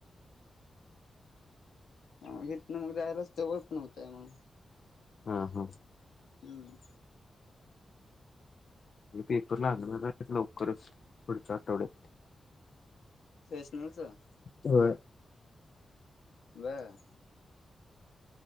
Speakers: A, on the left; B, on the left.
A: त्यामुळं हिथनं मग जायलाच जवळ पण होतय मग.
B: हा, हा.
A: हम्म.
B: पेपर लागणार आहेत लवकरच पुढच्या आठवड्यात.
A: सॅशनलचं?
B: होय.
A: बर.